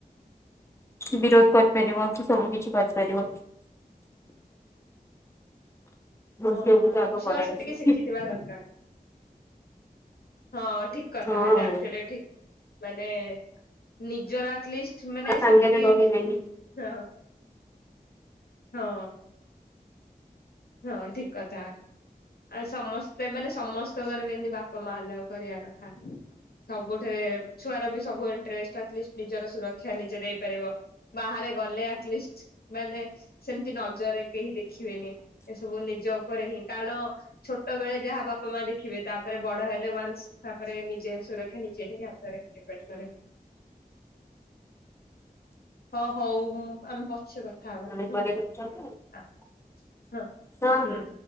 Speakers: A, on the left; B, on the left.
A: ବିରୋଧ କରିପାରିବ କି ସବୁ କିଛି କରିପାରିବ।
B: ହଁ
A: ଝିଅକୁ ତ ଆଗ
B: ଛୁଆ
A: କରାଇକି
B: ସେତିକି
A: ଶିଖି
B: ଶିଖିଥିବା ଦରକାର। ହଁ ଠିକ କଥା
A: ହଁ
B: ଏଇଟା ଆକ୍ଚ୍ୟୁଲି ଠିକ ମାନେ ନିଜର ଏଟଲିଷ୍ଟ
A: ତା
B: ମାନେ
A: ସାଙ୍ଗରେ
B: ସେତିକି
A: ରହିବେନି
B: ହିଁ-ହଁ ହଁ। ହଁ ଠିକ କଥା। ଆଉ ସମସ୍ତେ ମାନେ ସମସ୍ତଙ୍କର ବି ଏମିତି ବାପା ମା ଏଲାଓ କରିବା କଥା। ସବୁଠରେ ଛୁଆର ବି ସବୁ <unintelligible> ନିଜର ସୁରକ୍ଷା ନିଜେ ଦେଇପାରିବ ବାହାରେ ଗଲେ ଏଟଲିଷ୍ଟ ମାନେ ସେମତି ନଜରରେ କେହି ଦେଖିବେନି ଏସବୁ ନିଜ ଉପରେ ହିଁ କାରଣ ଛୋଟ ବେଳେ ଯାହା ବାପା ମା ଦେଖ ଦେଖିବେ ତାପରେ ବଡ଼ ହେଲେ ୱାନସଂ ତାପରେ ନିଜେ ସୁରକ୍ଷା ନିଜେ ହିଁ ହାତରେ ଡିପେଣ୍ଡ କରେ। ହଁ ହଉ ମୁଁ ଆମେ ବସ <unintelligible> ଛି କଥା ହବା <unintelligible>
A: ହଁ
B: ହଁ-ଆ-ହଁ-ହୁଁ
A: ହଁ